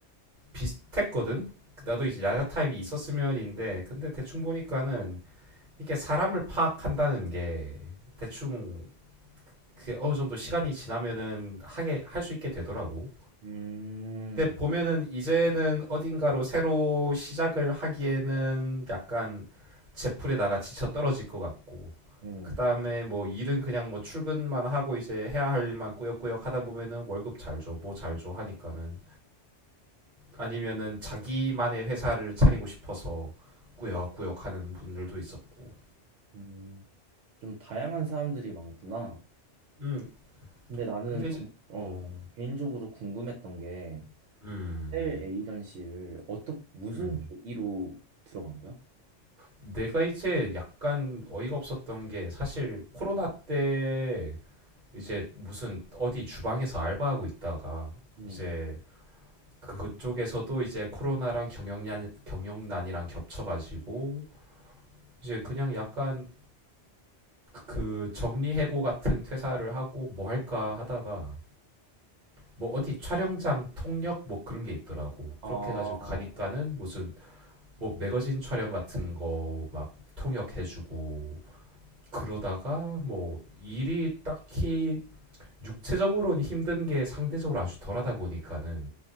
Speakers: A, on the right; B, on the right.
A: 비슷했거든. 나도 이제 야자 타입이 있었으면인데, 근데 대충 보니까는 이게 사람을 파악한다는 게 대충 그 어느 정도 시간이 지나면은 하게 할 수 있게 되더라고.
B: 음.
A: 근데 보면은 이제는 어딘가로 새로 시작을 하기에는 약간 제풀에다가 지쳐 떨어질 것 같고
B: 음.
A: 그다음에 뭐 일은 그냥 뭐 출근만 하고 이제 해야 할 일만 꾸역꾸역 하다 보면은 월급 잘 줘, 뭐 잘 줘 하니까는 아니면은 자기만의 회사를 차리고 싶어서 꾸역꾸역 하는 분들도 있었고.
B: 음, 좀 다양한 사람들이 많구나.
A: 음,
B: 근데 나는
A: 근데 이제
B: 좀, 어,
A: 어
B: 개인적으로 궁금했던 게
A: 음.
B: 호텔 에이전시를 어떻게 무슨
A: 음.
B: 계기로 들어간 거야?
A: 내가 이제 약간 어이가 없었던 게 사실 코로나 때 이제 무슨 어디 주방에서 알바하고 있다가
B: 음.
A: 이제 그쪽에서도 이제 코로나랑 경영난 경영난이랑 겹쳐가지고 이제 그냥 약간 그 정리해고 같은 퇴사를 하고 뭐 할까 하다가 뭐 어디 촬영장 통역 뭐 그런 게 있더라고.
B: 아,
A: 그렇게 해가지고 가니까는 무슨 뭐 매거진 촬영 같은 거 막 통역해주고 그러다가 뭐 일이 딱히 육체적으로는 힘든 게 상대적으로 아주 덜하다 보니까는